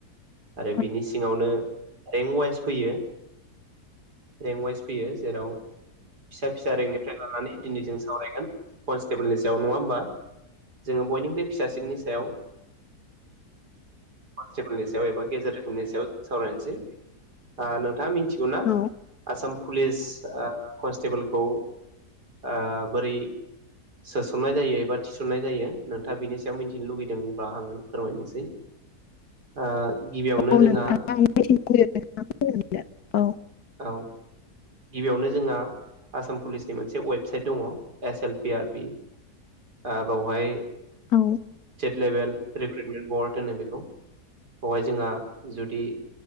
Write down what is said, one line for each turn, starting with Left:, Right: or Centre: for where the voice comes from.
Right: आरो
Left: औ
Right: बिनि सिङावनो रेंक वाइस फैयो। रेंक वाइस फैयो जेराव फिसा फिसा रेंकनिफ्राय लानानै दिनै जों सावरायगोन कनस्टेबोलनि सायाव नङा होमबा जोङो बयनिख्रुइ फिसासिननि सायाव कनस्टेबोलनि स गेजेर रोखोमनि सायाव जों सावरायनोसै ओ नोंथाङा मि मिथिगौना
Left: औ
Right: आसाम पुलिस कनस्टेबोलखौ ओ बोरै सोसननाय जायो एबा थिसननाय जायो नोंथाङा बिनि सायाव मिथिनो लुुबैदोंब्ला आङो फोरमायनोसै। ओ गिबियावनो
Left: औ
Right: जोंहा
Left: नोंथां आं मिथिनो लुबैदों नोंथाङा <unintelligible>
Right: औ गिबियावनो जोंहा आसाम पुलिसनि मोनसे वेबसाइट दङ S L P R B O बेवहाय
Left: औ
Right: लेभेल रिक्रुइटमेन्ट बर्ड होनो बेखौ बेवहाय जोंहा जुदि